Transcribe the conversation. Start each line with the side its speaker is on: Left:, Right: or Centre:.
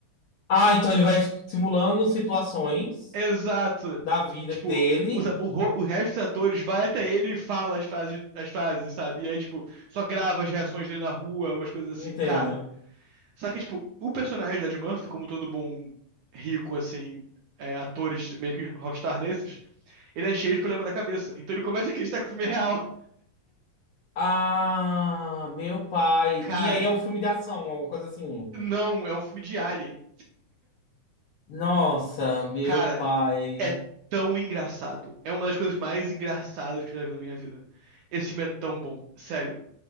Left: Ah, então ele vai simulando situações
Right: Exato.
Left: da vida
Right: Tipo,
Left: dele.
Right: os, o, ro- o resto dos atores vai até ele e fala as frases, as frases, sabe? E aí, tipo, só grava as reações dele na rua, umas coisas assim.
Left: Entendo.
Right: Cara, Só que, tipo, o personagem do Ed Murphy, como todo bom rico, assim, é, atores meio que rockstar desses, ele é cheio de problema da cabeça. Então ele começa a acreditar que o filme é real.
Left: Ah, meu pai.
Right: Cara,
Left: E aí é um filme de ação, alguma coisa assim.
Right: não, é um filme de Alien.
Left: Nossa, meu
Right: Cara,
Left: pai.
Right: é tão engraçado. É uma das coisas mais engraçadas que eu já vi na minha vida. Esse filme é tão bom. Sério,